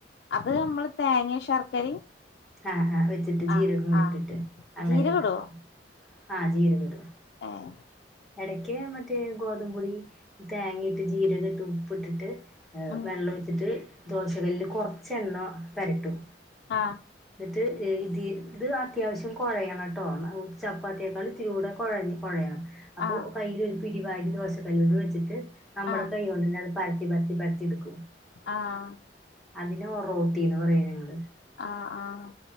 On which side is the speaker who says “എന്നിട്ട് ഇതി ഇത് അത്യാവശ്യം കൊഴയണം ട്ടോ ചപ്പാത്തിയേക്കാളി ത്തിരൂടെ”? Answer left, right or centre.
Centre